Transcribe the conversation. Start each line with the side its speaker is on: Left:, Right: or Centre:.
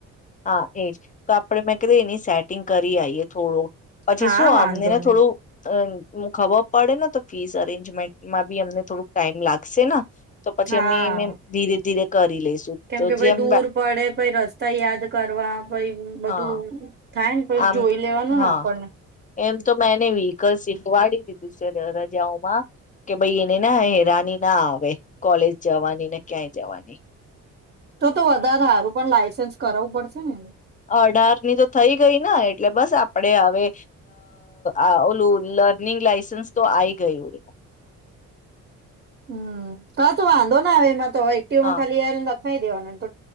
Left: હા એજ તો આપડે મેં કધે એની સેટિંગ કરી આઈએ થોડુંક. પછી
Right: હા
Left: શું
Right: વાંધો
Left: અમનેને થોડું
Right: નહી
Left: અ. ખબર પડે ને તો ફીસ અરેન્જમેન્ટમાં બી અમને થોડુંક ટાઈમ લાગશે ને. તો પછી
Right: હા
Left: અમે મે ધીરે ધીરે. કરી લઈશું
Right: કેમ
Left: તો
Right: કે
Left: જેમ
Right: ભાઈ દૂર પડે પાઈ રસ્. ત યાદ કરવા. ભાઈ બધું
Left: હા
Right: થાય ને પ
Left: આમ
Right: જોઈ લેવાનું
Left: હા
Right: ને આપણને.
Left: એમ તો મેં એને વિહિકલ શીખવાડી દીધું છે, રજાઓમાં કે ભાઈ એને ના હેરાની ના આવે કોલેજ જવાની ને ક્યાંય જવાની
Right: તો તો વધારે હારું પણ લાયસન્સ કરાવવું પડશે ને
Left: અઢાર ની તો થઈ ગઈ ને એટલે બસ આપડે હવે અ ઓલું લર્નિંગ લાઈસન્સ તો આઈ ગયું એ-
Right: હમ ક તો વાંધો ના આવે એમાં એક્ટી
Left: હા
Right: માં ખાલી કઈ દેવા નંતો